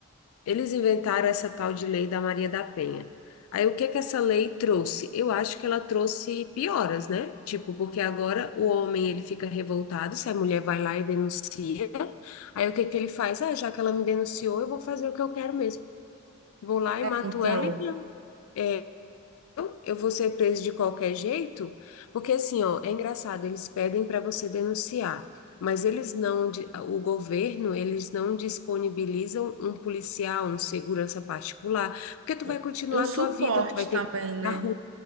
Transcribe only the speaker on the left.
Eles inventaram essa tal de lei da Maria da Penha. Aí o que que essa lei trouxe? Eu acho que ela trouxe pioras, né? Tipo, porque agora o homem ele fica revoltado se a mulher vai lá e denuncia. Aí o que que ele faz? Ah, já que ela me denunciou, eu vou fazer o que eu quero mesmo. Vou lá e mato
ela e já. é, eu, eu vou ser preso de qualquer jeito, porque assim, ó, é engraçado, eles pedem para você denunciar, mas eles não, di- o governo, eles não disponibilizam um policial, um segurança particular, porque tu
vai continuar
a
tua vida, tu vai ter
que ir
na rua.